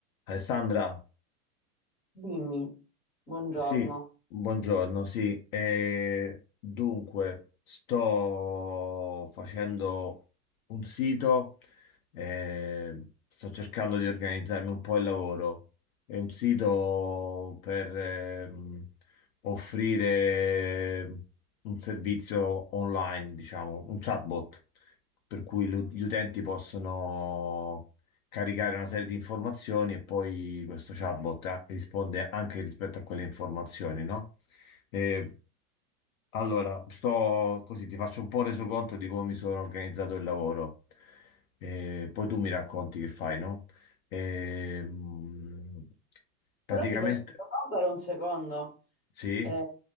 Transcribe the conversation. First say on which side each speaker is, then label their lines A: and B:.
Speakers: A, on the left; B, on the left.
A: Alessandra,
B: Dimmi, buongiorno.
A: sì, buongiorno, sì. eh, dunque, sto facendo un sito, eh, sto cercando di organizzarmi un po' il lavoro. È un sito per ehm, offrire un servizio online, diciamo, un chatbot, per cui lu- gli utenti possono caricare una serie di informazioni e poi questo chatbot eh, risponde anche rispetto a quelle informazioni, no? Eh, allora, sto così, ti faccio un po' resoconto di come mi sono organizzato il lavoro. Eh, poi tu mi racconti che fai, no? Ehm, praticamente,
B: Però ti posso interrompere un secondo.
A: sì.
B: Eh,